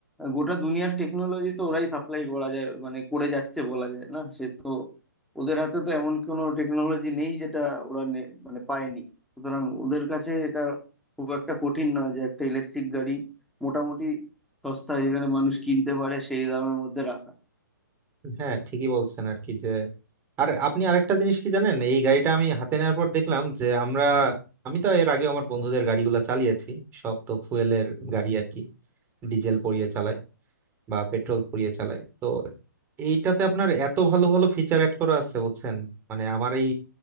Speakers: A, in the centre; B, on the right.
A: গোটা দুনিয়ার টেকনোলজি তো ওরাই সাপ্লাই করা যায় মানে করে যাচ্ছে বলা যায় না সে তো ওদের হাতে তো এমন কোনো টেকনোলজি নেই যেটা ওরা নে- মানে পায়নি সুতরাং ওদের কাছে এটা খুব একটা কঠিন নয় যে একটা ইলেকট্রিক গাড়ি মোটামুটি সস্তায় যেখানে মানুষ কিনতে পারে সেই দামের মধ্যে রাখা
B: হ্যাঁ ঠিকই বলছেন আর কি যে আর আপনি আরেকটা জিনিস কি জানেন এই গাড়িটা আমি হাতে নেওয়ার পর দেখলাম যে আমরা আমি তো এর আগে আমার বন্ধুদের গাড়িগুলো চালিয়েছি সব তো ফুয়েলের গাড়ি আর কি ডিজেল পুড়িয়ে চালায় বা পেট্রোল পুড়িয়ে চালায় তো এইটাতে আপনার এত ভালো ভালো ফিচার অ্যাড করা আছে বুঝছেন মানে আমার এই